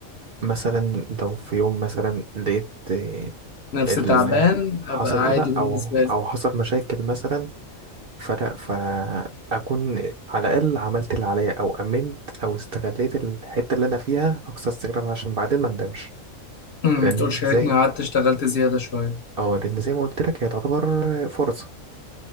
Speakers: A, on the right (about 50°); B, on the left (about 55°).
A: مثلا لو في يوم مثلا لقيت إيه
B: نفس
A: ال
B: تعبان
A: حصل
B: ابقى عادي
A: لا
B: بالنسبه
A: او
B: لي
A: او حصل مشاكل مثلا فلا فاكون على الاقل عملت اللي عليا او امنت او استغليت الحتة اللي انا فيها اقصى استغلال عشان بعدين ما ندمش
B: امم
A: لأن
B: تقولش يا
A: زي
B: ريتني قعدت اشتغلت زياده شويه
A: اه لأن زي ما قلت لك هي تعتبر فرصة